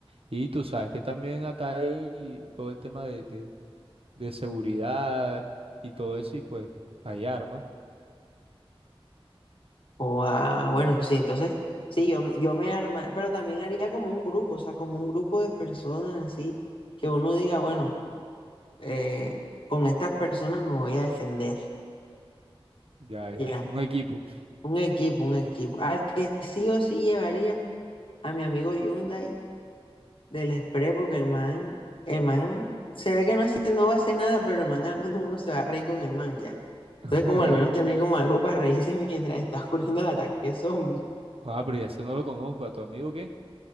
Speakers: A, on the right; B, on the left.
A: Y tú sabes que también acá hay todo el tema de, de, de seguridad y todo eso, y pues hay armas,
B: O ah, bueno, sí, entonces, sí, yo, yo me arma, pero también haría como un grupo, o sea, como un grupo de personas así, que uno diga, bueno, eh, con estas personas me voy a defender,
A: ya,
B: ya,
A: ya, un equipo.
B: un equipo, un equipo, al que sí o sí llevaría a mi amigo Hyundai del Express, porque el man, el man se ve que no, hace- no va a hacer nada, pero el man al menos uno se va a reír con el man ya.
A: <laughs>
B: Entonces, como al menos tener como algo para reírse mientras está ocurriendo el ataque zombie.
A: Ah, pero ya ese no lo conozco, ¿a tu amigo qué?